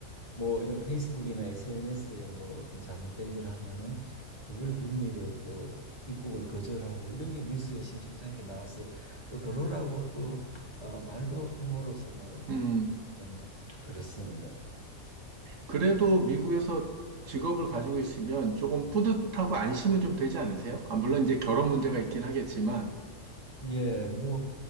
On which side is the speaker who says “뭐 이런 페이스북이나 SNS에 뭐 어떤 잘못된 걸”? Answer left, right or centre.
Left